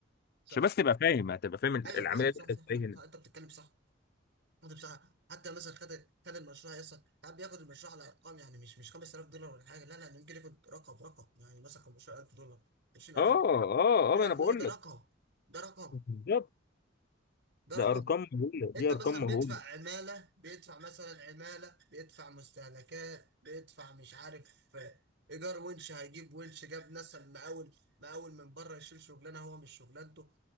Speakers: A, on the right; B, on the left.
A: صح
B: عشان بس تبقى فاهم هتبقى فاهم العمليه
A: أيوه فعلا صح
B: دي بتبقى
A: صح صح,
B: ازاي هنا
A: صح. أنت بتتكلم صح خد بسرعه حتى مثلا خد خد المشروع يا اسطى ساعات بياخد المشروع على ارقام يعني مش مش 5000 دولار ولا حاجه لا لا ممكن ياخد رقم رقم يعني مثلا 15000 دولار 20000
B: اه
A: دولار
B: اه
A: 20000
B: اه ما انا بقول
A: دولار ده رقم
B: لك
A: ده رقم
B: بالظبط
A: ده
B: ده
A: رقم
B: ارقام مهوله
A: انت
B: دي
A: مثلا
B: ارقام
A: بيدفع
B: مهوله
A: عماله بيدفع مثلا عماله بيدفع مستهلكات بيدفع مش عارف آه، ايجار ونش هيجيب ونش جاب مثلا مقاول مقاول من بره يشيل شغلانه هو مش شغلانته